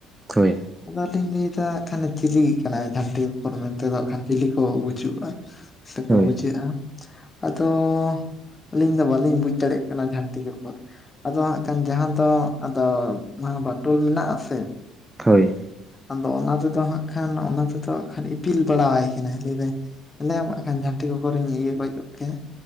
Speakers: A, on the right; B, on the left.
A: ᱦᱳᱭ
B: ᱟᱫᱚ ᱞᱤᱧ ᱞᱟᱹᱭᱮᱫᱟ ᱠᱷᱟᱱ ᱪᱤᱞᱤ ᱠᱟᱱᱟᱭ? ᱡᱷᱟᱱᱴᱤ ᱠᱚᱠᱚᱨ ᱢᱮᱱᱛᱮ ᱫᱚ ᱦᱟᱸᱜ ᱠᱷᱟᱱ ᱪᱤᱞᱤ ᱠᱚ ᱵᱩᱡᱷᱩᱜ-ᱟ? ᱥᱮᱠᱚ
A: ᱦᱳᱭ
B: ᱵᱩᱡᱷᱟᱹᱜᱼᱟ ᱟᱫᱚ ᱟᱹᱞᱤᱧ ᱫᱚ ᱵᱟᱹᱞᱤᱧ ᱵᱩᱡ ᱫᱟᱲᱮᱭᱟᱜ ᱠᱟᱱᱟ ᱡᱷᱟᱱᱴᱤ ᱠᱚᱠᱚᱨ ᱟᱫᱚ ᱦᱟᱜ ᱠᱷᱟᱱ ᱡᱟᱦᱟᱸ ᱫᱚ ᱟᱫᱚ ᱵᱟᱴᱳᱞ ᱢᱮᱱᱟᱜ-ᱟ ᱥᱮ
A: ᱦᱳᱭ
B: ᱟᱫᱚ ᱚᱱᱟ ᱛᱮᱫᱚ ᱦᱟᱸᱜ ᱠᱷᱟᱱ ᱚᱱᱟ ᱛᱮᱫᱚ ᱦᱟ ᱠᱷᱟᱱ ᱤᱯᱤᱞ ᱵᱟᱲᱟᱣᱟᱭ ᱠᱟᱱᱟᱭ ᱞᱟᱹᱭ ᱫᱟᱭ ᱧᱮᱞᱮ ᱭᱟᱢ ᱟᱠᱷᱟᱱ ᱡᱷᱟᱹᱱᱴᱤ ᱠᱚᱠᱚᱚᱨᱤᱧ ᱤᱭᱟᱹ ᱜᱚᱡ ᱜᱚᱫ ᱠᱟᱭᱟ